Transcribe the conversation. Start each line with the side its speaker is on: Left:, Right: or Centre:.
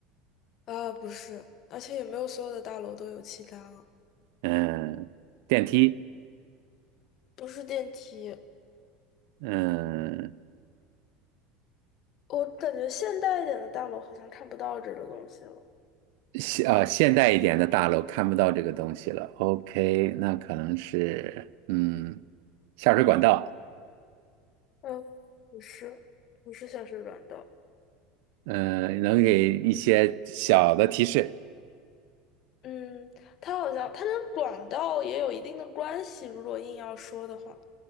Left: 啊，不是，而且也没有所有的大楼都有气缸啊
Right: 嗯，电梯，
Left: 不是电梯。
Right: 嗯，
Left: 我感觉现代一点的大楼好像看不到这个东西了。
Right: 现啊，现代一点的大楼看不到这个东西了，OK，那可能是，嗯，下水管道，
Left: 嗯，不是，不是显示软的。
Right: 嗯，能给一些小的提示。
Left: 嗯，它好像它跟管道也有一定的关系，如果硬要说的话，